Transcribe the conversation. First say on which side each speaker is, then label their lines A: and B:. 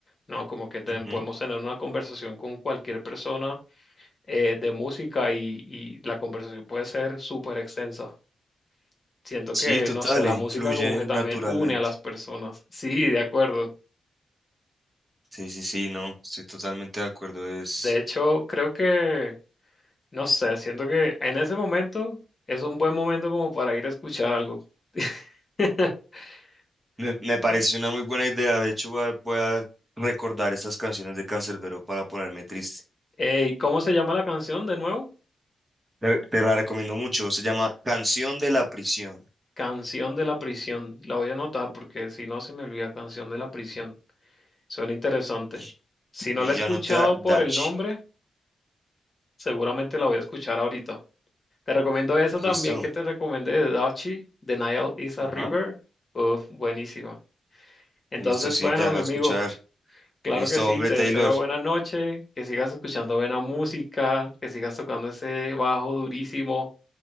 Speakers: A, on the left; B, on the right.
A: ¿no? Como que ten-
B: Ujú.
A: podemos tener una conversación con cualquier persona eh, de música y, y la conversación puede ser súper extensa. Siento
B: Sí,
A: que,
B: total,
A: no sé, la
B: y
A: música
B: fluye
A: como que también
B: naturalmente.
A: une a las personas. Sí, de acuerdo.
B: Sí, sí, sí, no, estoy totalmente de acuerdo. Es,
A: De hecho, creo que... No sé, siento que en ese momento es un buen momento como para ir a escuchar algo. <laughs>
B: me,
A: Y-
B: me parece una muy buena idea. De hecho, voy a, voy a recordar estas canciones de Canserbero para ponerme triste.
A: Ey, ¿cómo se llama la canción de nuevo?
B: Te, te la recomiendo mucho. Se llama Canción de la Prisión.
A: Canción de la prisión. La voy a anotar porque si no se me olvida, Canción de la prisión. Suena interesante.
B: Y,
A: Si no
B: y
A: la he escuchado
B: ya no te da Dachi.
A: por el nombre, seguramente la voy a escuchar ahorita. Te recomiendo esa también
B: Listo.
A: que te recomendé de Dachi, The Nile is a
B: Ajá.
A: River. Uf, buenísima. Entonces,
B: Listo, sí,
A: bueno,
B: te a
A: mi amigo.
B: escuchar.
A: Claro
B: Listo,
A: que sí,
B: hombre,
A: te
B: Taylor.
A: deseo buena noche, que sigas escuchando buena música, que sigas tocando ese bajo durísimo